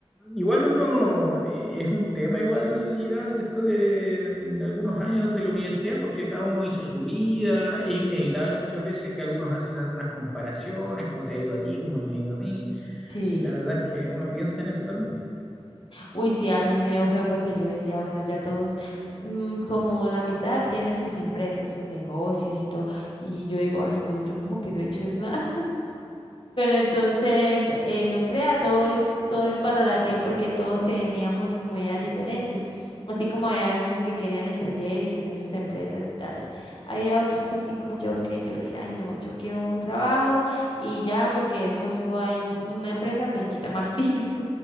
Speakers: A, in the centre; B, on the left.
A: igual uno eh, es un tema igual llegar después de, de algunos años de la universidad, porque cada uno hizo su vida, es inevitable muchas veces que algunos hacen algunas comparaciones, cómo te ha ido a ti, cómo me ha ido a mí.
B: Sí,
A: La verdad es que uno piensa en eso también.
B: uy, sí, a mí me dio feo porque yo decía, bueno, ya todos, mm, como la mitad tienen sus empresas, sus negocios y todo, y yo digo, ay, no, yo como que no he hecho es nada. Pero entonces, eh, no crea, todo es, todo es valorativo porque todos teníamos como ideas diferentes, así como había unos que querían emprender y tener sus empresas y tales. Había otros así como yo que yo decía, ay no, yo quiero un trabajo y ya porque eso yo hay una empresa me quita más <laughs> tiempo.